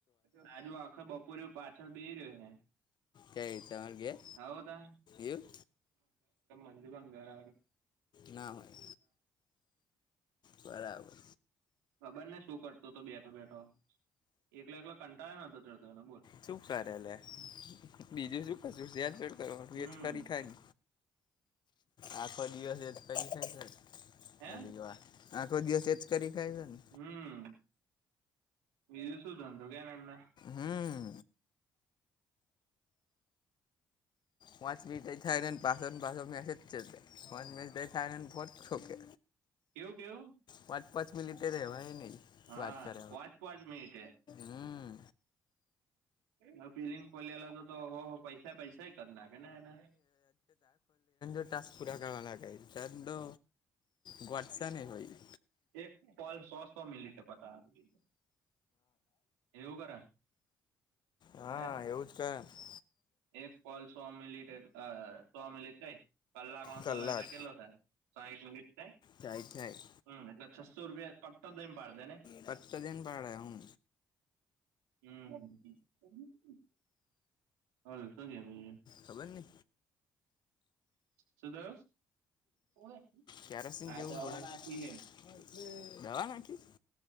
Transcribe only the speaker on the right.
રાજુ આખા બપોર પાછળ બે રહ્યો ને
હવદા
મંજુ બંગાર
ખબર ને શું કરતો હતો બેઠો બેઠો એકલા એકલા કંટાળ ન તો ચડતો એ બોલ
હમ
હે
હમ બીજું શું ધંધો કે એમને
ટ
ટાઈમિંગ
કેવું કેવું
હા
પાંચ પાંચ મિનિટે
<inaudible> હ પિલિંંગ ખોલલા હતો તો હો પૈસા પૈસા ક જ નાખે
એક કોલ સો સો મિનિટે પતાવે એવું કરણ
હે
એક કોલ સો મિલિટ સો મિલિટ કઈ કલાક ન
ચલો એટલે કેટલો થાય સાહીઠ મિનિટ થાય
હમ એટલે છસો રૂપિયા કટ્ટ દ પાડી
હમ ઓલ શું કેમ અ
શું થયું <unintelligible>
આ
દવા
નાખી એટલે